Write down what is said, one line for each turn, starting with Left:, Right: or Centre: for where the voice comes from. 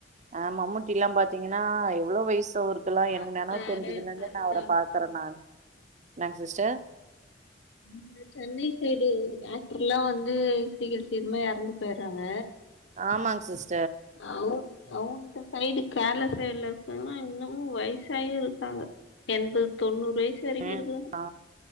Right: ஆ மம்முட்டில்லா பாத்தீங்கன்னா எவ்ளோ வய்சு தவுருக்கெலா
Left: பாத்தனாரு
Right: எனக்கு நெனவு தெரிஞ்சதுலேந்து
Left: இருக்காரு
Right: நா
Left: இதா
Right: அவர பாக்குறே நான் என்னங் சிஸ்டர்
Left: இந்த சென்னை சைடு ஆக் டர்லா வந்து சீக்கிர சீக்கிரமா எறந்து போய்றாங்க
Right: ஆமாங் சிஸ்
Left: அவு அவுங்க சைடு கேரளா சைடுல இருக்கவுங்கல்லா இன்னமு வய்சாயு இருக்காங்க எண்பது தொண்ணூறு வயசு வரைக்கு
Right: ம்
Left: இருக்குறாங்க
Right: ஆ